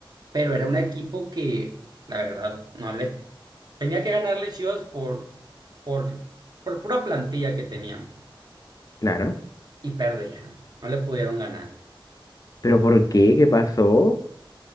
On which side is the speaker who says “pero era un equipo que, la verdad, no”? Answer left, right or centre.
Right